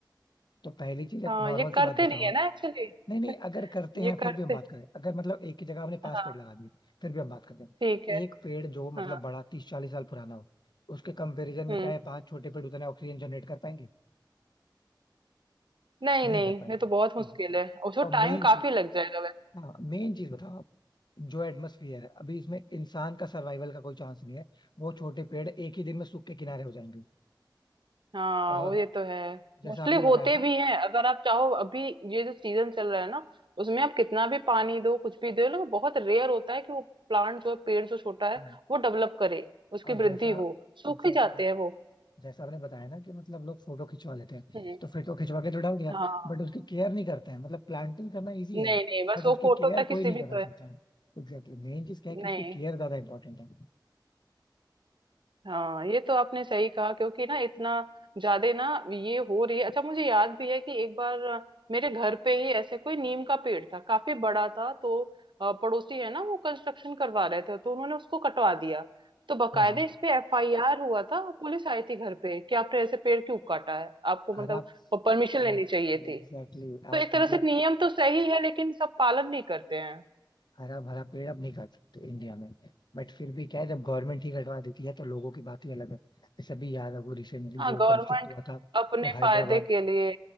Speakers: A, on the left; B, on the right.
A: तो पहली चीज एक
B: हाँ
A: नॉर्मल
B: ये
A: सी
B: करते
A: बात बताओ
B: नहीं है
A: आप
B: ना एक्चुअली
A: नहीं नहीं
B: <laughs>
A: अगर करते हैं
B: ये
A: फिर
B: करते
A: भी हम बात करें अगर मतलब एक की जगह आपने पांच
B: हाँ
A: पेड़ लगा दिए फिर भी हम बात करते हैं
B: ठीक है
A: एक पेड़ जो
B: हाँ
A: मतलब बड़ा तीस चालीस साल पुराना हो उसके कंपेरिजन में
B: हम्म
A: क्या है पांच छोटे पेड़ उतना ऑक्सीजन जनरेट कर पाएंगे
B: नहीं
A: नहीं
B: नहीं
A: कर पाएंगे
B: ये तो बहुत मुश्किल
A: एग्जैक्टली
B: है उसको
A: और मेन
B: टाइम काफी
A: चीज
B: लग जाएगा वैसे
A: हाँ मेन चीज बताओ आप जो एटमोसफियर है अभी इसमें इंसान का सर्वाइवल का कोई चांस नहीं है वो छोटे पेड़ एक ही दिन में सूख के किनारे हो जाएंगे
B: हाँ
A: और
B: वो ये तो है
A: जैसा
B: मोस्टली
A: आपने बताया
B: होते
A: ना
B: भी हैं अगर आप चाहो अभी ये जो सीजन चल रहा है ना उसमें आप कितना भी पानी दो कुछ भी दे लो बहुत रेयर होता है कि वो प्लांट जो है पेड़ जो छोटा है
A: हाँ
B: वो डेवलप करे उसकी
A: और जैसा
B: वृद्धि हो सूख
A: एग्जैक्टली
B: ही जाते
A: exactly, और
B: हैं वो
A: जैसा आपने बताया ना कि मतलब लोग फोटो खिंचवा लेते हैं
B: हम्म
A: तो फोटो खिंचवा के तो डाल दिया
B: हाँ
A: बट उसकी केयर नहीं करते हैं मतलब प्लांटिंग करना इजी
B: नहीं
A: है
B: नहीं बस
A: बट
B: वो
A: उसकी
B: फोटो
A: केयर
B: तक ही
A: कोई
B: सीमित
A: नहीं करना
B: है
A: चाहता है एग्जैक्टली मेन चीज क्या है कि
B: नहीं
A: उसकी केयर ज्यादा इंपॉर्टेंट है
B: हाँ ये तो आपने सही कहा क्योंकि ना इतना ज्यादा ना ये हो रही है अच्छा मुझे याद भी है कि एक बार अ, मेरे घर पे ही ऐसे कोई नीम का पेड़ था काफी बड़ा था तो अ, पड़ोसी है ना वो कंस्ट्रक्शन करवा रहे थे तो उन्होंने उसको कटवा दिया तो बकायदे
A: हाँ हाँ
B: इस पे एफआईआर हुआ था पुलिस आई थी घर पे कि आपने ऐसे पेड़ क्यों काटा है आपको
A: हर
B: मतलब
A: आप
B: परमिशन लेनी
A: हाँ
B: चाहिए
A: एग्जैक्टली
B: थी
A: exactly,
B: तो
A: आप
B: एक तरह
A: मतलब
B: से नियम तो सही है लेकिन सब पालन नहीं करते हैं
A: हरा भरा पेड़ अब नहीं काट सकते इंडिया में बट फिर भी क्या है जब गवर्नमेंट ही कटवा देती है तो लोगों की बात ही अलग है जैसे अभी याद है वो रिसेंटली
B: हाँ
A: जो
B: गवर्नमेंट
A: कंस्ट्रक्ट हुआ था
B: अपने
A: वो हैदराबाद
B: फायदे के लिए